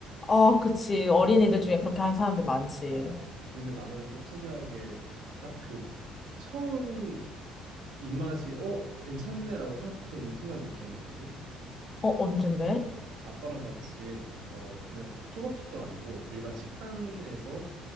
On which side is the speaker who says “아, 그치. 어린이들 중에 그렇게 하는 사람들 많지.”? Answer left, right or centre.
Left